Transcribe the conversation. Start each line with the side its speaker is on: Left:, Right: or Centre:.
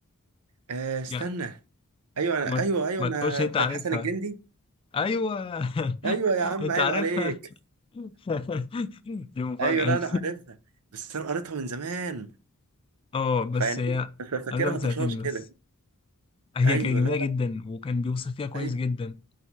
Right: آه استنى
Left: يا
Right: ايوه أنا
Left: ما
Right: ايوه ايوه
Left: ما
Right: انا
Left: تقولش انت
Right: بتاعت
Left: عارفها
Right: حسن الجندي
Left: ايوه <laughs>
Right: ايوه يا عم
Left: انت
Right: عيب
Left: عارفها
Right: عليك
Left: <laughs> دي مفاجاه
Right: ايوه لا انا عارفها بس انا قريتها من زمان
Left: اه بس
Right: فيعني
Left: هي
Right: إيه، ففاكرها
Left: قريتها من سنتين
Right: طشاش كده
Left: بس هي
Right: ايوه
Left: كانت جميلة
Right: لا لا
Left: جدا وكان بيوصف فيها كويس
Right: ايوه
Left: جدا